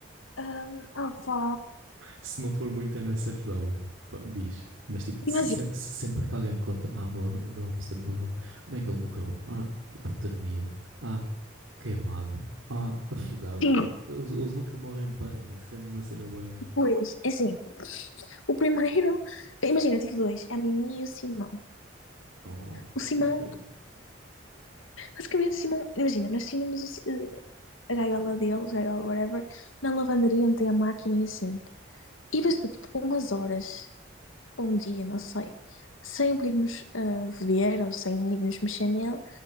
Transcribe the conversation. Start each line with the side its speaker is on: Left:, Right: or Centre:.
Left: hum, opa.
Right: Se não for muito NSFW, pá, diz. Mas tipo, se-
Left: Imagina,
Right: se- se sempre que alguém me conta, ah, o meu, o meu hamster morreu, como é que ele morreu? Ah, hipotermia. Ah, queimado. Ah, afogado.
Left: sim,
Right: Tipo, eles, eles nunca morrem bem. É sempre uma cena bué.
Left: pois, é assim, O primeiro, imagina, tive dois, a Mimi e o Simão.
Right: Oh,
Left: O Simão,
Right: que fofinho.
Left: basicamente, o Simão, imagina, nós tínhamos o Si- eh, a gaiola dele, gaiola, whatever, na lavandaria onde tem a máquina e assim. E bastou tipo umas horas, um dia, não sei, sem o irmos ah, ver ou sem irmos mexer nele,